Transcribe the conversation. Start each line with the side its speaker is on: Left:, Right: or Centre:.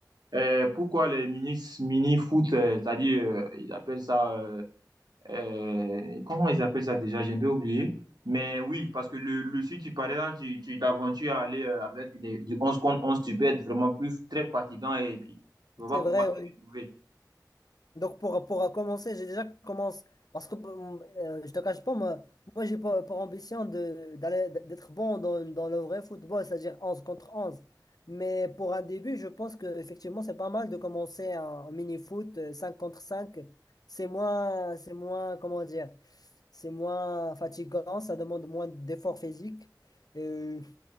Right: Euh, pourquoi les mini, mini-foot, euh, c'est-à-dire, euh, ils appellent ça. euh, Euh, comment ils appellent ça déjà? J'ai un peu oublié. Mais oui, parce que le, le si tu, par exemple, tu, tu t'aventures à aller euh, avec des, du 11 contre 11 tu peux être vraiment plus très fatigant et puis tu vas
Left: C'est
Right: pas pouvoir
Left: vrai, ouais.
Right: te retrouver.
Left: Donc pour, pour commencer, j'ai déjà commencé parce que euh, je te cache pas, moi, moi j'ai pour, pour ambition de d'aller d'être bon dans, dans le vrai football, c'est-à-dire onze contre onze Mais pour un début, je pense que effectivement c'est pas mal de commencer en mini-foot euh, 5 contre cinq C'est moins, c'est moins, comment dire, c'est moins fatigant, ça demande moins d'efforts physiques. Et, euh,